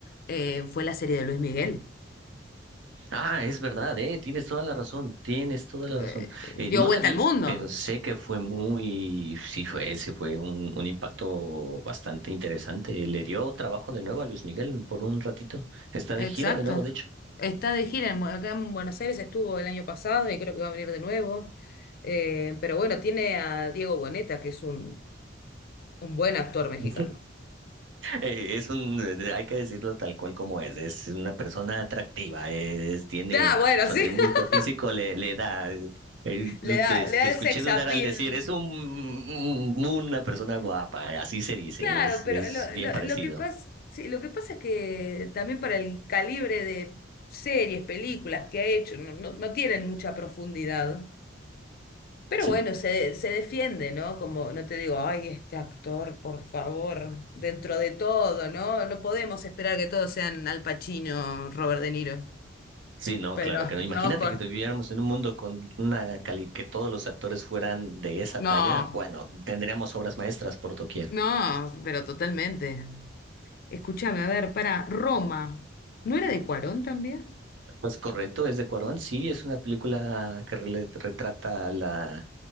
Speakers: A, on the left; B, on the right.
A: eh, fue la serie de Luis Miguel.
B: Ah, es verdad, eh, tienes toda la razón, tienes toda la
A: Eh,
B: razón.
A: dio
B: Eh, no
A: vuelta
B: la vi,
A: al mundo.
B: pero sé que fue muy, sí fue, sí fue un, un impacto bastante interesante. Le dio trabajo de nuevo a Luis Miguel por un ratito. Está
A: Exacto.
B: de gira de nuevo, de hecho.
A: Está de gira en Bu- acá en Buenos Aires, estuvo el año pasado y creo que va a venir de nuevo. Eh, pero bueno, tiene a Diego Boneta, que es un, un buen actor mexicano.
B: Ujú. Eh, Es un, eh, hay que decirlo tal cual como es, es una persona atractiva, es, tiene
A: Claro, bueno,
B: su
A: sí.
B: atributo
A: <laughs>
B: físico, le, le da, eh, eh,
A: Le da,
B: te,
A: le da
B: te escuché
A: el sex
B: dudar
A: appeal.
B: al decir, es un, un- una persona guapa, así se dice,
A: Claro,
B: es,
A: pero
B: es
A: lo,
B: bien
A: lo,
B: parecido.
A: lo que pasa, sí, lo que pasa es que también para el calibre de series, películas que ha hecho, no, no, no tienen mucha profundidad. Pero
B: Sí,
A: bueno, se, de- se defiende, ¿no? Como no te digo, ay, este actor, por favor, dentro de todo, ¿no? No podemos esperar que todos sean Al Pacino, Robert De Niro.
B: sí, no,
A: Pero
B: claro que no. Imagínate
A: no, por...
B: que viviéramos en un mundo con una cali, que todos los actores fueran de esa
A: No,
B: talla, bueno, tendríamos obras maestras por doquier.
A: no, pero totalmente. Escúchame, a ver, para Roma, ¿no era de Cuarón también?
B: Pues correcto, es de Cuarón, sí, es una película que rele- retrata la